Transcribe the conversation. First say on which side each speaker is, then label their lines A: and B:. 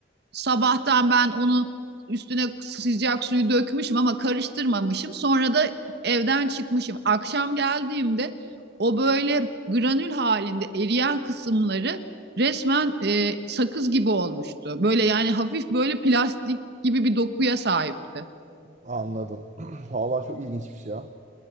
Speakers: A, on the right; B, on the right.
A: Sabahtan ben onu üstüne sıcak suyu dökmüşüm ama karıştırmamışım. Sonra da evden çıkmışım. Akşam geldiğimde o böyle granül halinde eriyen kısımları resmen e, sakız gibi olmuştu. Böyle yani hafif böyle plastik gibi bir dokuya sahipti.
B: Anladım. <clears throat> Vallahi çok ilginçmiş ya.